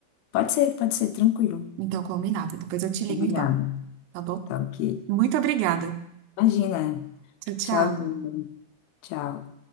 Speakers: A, on the left; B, on the right.
A: Pode ser, pode ser, tranquilo.
B: Então, combinado. Depois eu te ligo
A: Combinado.
B: então, tá bom?
A: Tá ok.
B: Muito obrigada.
A: Imagina.
B: Tchau, tchau.
A: Tchauzinho. Tchau.